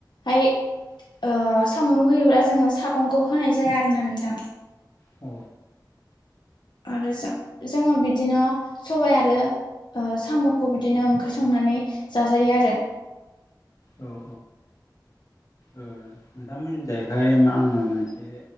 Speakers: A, on the left; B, on the left.
A: हाय
B: <unintelligible>
A: ओ साम' होयोब्ला जोङो सागंखौ होनाय जाया आरो ना नोंथां।
B: औ।
A: आरो जों जोङो बिदिनो सबाइ आरो ओ साम'खौ बिदिनो ओंख्रि संनानै जाजायो आरो
B: औ -औ ओ नोंथांमोननिजायहाय मा आङो मोनसे